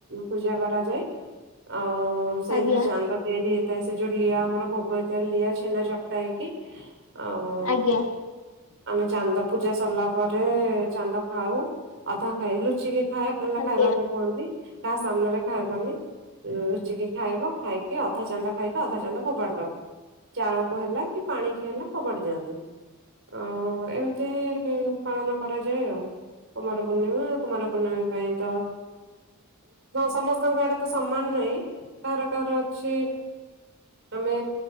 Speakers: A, on the right; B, on the left.
A: ପୂଜା କରାଯାଏ ଆଉ ସେଇଥିରେ
B: ଆଜ୍ଞା
A: ଚାନ୍ଦ ତିଆରି ହେଇଥାଏ ସେ ଯୋଉ ଲିଆ ଆମର ଭୋଗ ହେଇଥାଏ, ଲିଆ ଛେନା ଚକଟା ହେଇକି। ଆଉ
B: ଆଜ୍ଞା।
A: ଆମେ ଚାନ୍ଦ ପୂଜା ସରିଲା ପରେ ଚାନ୍ଦ ଖାଉ ଅଧା ଖାଇଏ ଲୁଚିକି ଖାଏ। ତାଲେ
B: ଆଜ୍ଞା।
A: ଖାଇବାକୁ କୁହନ୍ତି କାହା ସାମ୍ନାରେ ଖାଇବନି। ଲୁଚିକି ଖାଇବ ଖାଇକି ଅଧା ଚାନ୍ଦ ଖାଇକି ଅଧା ଚାନ୍ଦ ଫୋପାଡି ଦବ। ଚାଳକୁ ହେଲା କି ପାଣିିକି ହେଲା ଫୋପାଡି ଦିଅନ୍ତି। ଅଁ ଏମତି ପାଳନ କରାଯାଏ ଆଉ କୁମାର ପୂର୍ଣ୍ଣିମା। କୁମାର ପୂର୍ଣ୍ଣମୀ ପାଇଁ ତ ସମସ୍ତଙ୍କ ଆଡେ ତ ସମ୍ମାନ ନାହିଁ। କାହାର କାହାର ଅଛି ଆମେ